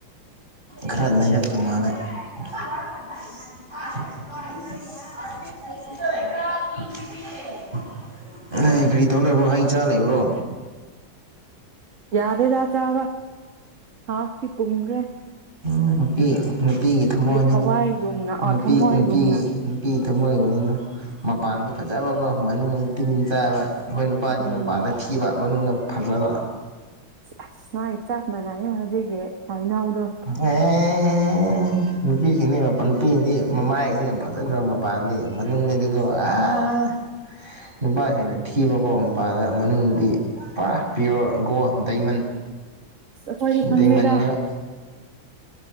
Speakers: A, on the right; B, on the right.
A: ꯈꯔ ꯅꯩꯔꯛꯇꯧ ꯃꯥꯜꯂꯦ <unintelligible> ꯑꯦꯍꯩ ꯀꯔꯤ ꯇꯧꯔ ꯂꯩꯕ꯭ꯔꯣ ꯍꯩ ꯆꯥꯔ ꯂꯩꯕ꯭ꯔꯣ
B: ꯌꯥꯗꯦꯗ ꯆꯥꯔꯣꯢ ꯍꯥꯎꯇꯦ ꯄꯨꯝꯒ꯭ꯔꯦ
A: ꯎꯝ ꯅꯨꯄꯤ ꯅꯨꯄꯤꯒꯤ ꯊꯃꯣꯏꯅꯤꯗꯣ
B: ꯊꯋꯥꯏꯒꯨꯝꯅ ꯑ
A: ꯅꯨꯄꯤ
B: ꯊꯃꯣꯏꯒꯨꯝꯅ
A: ꯅꯨꯄꯤꯒꯤ ꯅꯨꯄꯤꯒꯤ ꯊꯝꯃꯣꯏ ꯑꯣꯏꯌꯨꯅꯣ ꯃꯄꯥꯟꯒꯤ ꯐꯖꯕꯀꯣ ꯃꯅꯨꯡ ꯇꯤꯟ ꯆꯥꯕ ꯑꯩꯈꯣꯏ ꯅꯨꯄꯥꯅꯤ
B: ꯎꯝ
A: ꯃꯄꯥꯟꯗ ꯊꯤꯕ ꯃꯅꯨꯡꯅ ꯐꯖꯕ
B: ꯑꯁ ꯅꯣꯏ ꯆꯞ ꯃꯥꯟꯅꯩꯌꯦ ꯍꯧꯖꯤꯛꯀꯤ ꯍꯩꯅꯧꯗꯣ
A: ꯥꯍꯦ ꯅꯨꯄꯤꯁꯤꯡꯅꯦ ꯃꯄꯟ ꯅꯨꯄꯤꯗꯤ ꯃꯃꯥꯏꯁꯤ ꯌꯥꯝ ꯐꯖꯈ꯭ꯔꯕ ꯃꯄꯥꯥꯟꯗꯤ ꯃꯅꯨꯡꯗꯗꯤꯀꯣ ꯑꯥ ꯅꯨꯄꯥꯁꯤꯅ ꯊꯤꯕꯀꯣ ꯃꯄꯥꯟꯗ ꯃꯅꯨꯡꯗꯤ ꯄꯨꯔꯥ ꯄ꯭ꯌꯣꯔ ꯒꯣꯜ ꯗꯥꯏꯃꯟ
B: ꯑꯩꯈꯣꯏꯁꯨ
A: ꯗꯥꯏꯃꯟꯅꯦꯕ
B: ꯈꯪꯂꯦꯗ